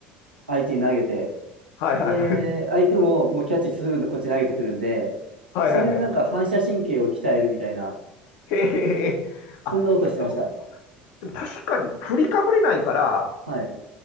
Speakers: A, on the right; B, on the left.
A: 相手に投げて、
B: はいはい
A: で、
B: <laughs>
A: 相手ももうキャッチしてすぐこっちに投げてくるんで、
B: はい。
A: それでなんか反射神経を鍛えるみたいな、
B: はいはいはい。へえへえへえ。
A: そんなことしてました。
B: あ、でも、でも、でも確かに振りかぶれないから、
A: はい。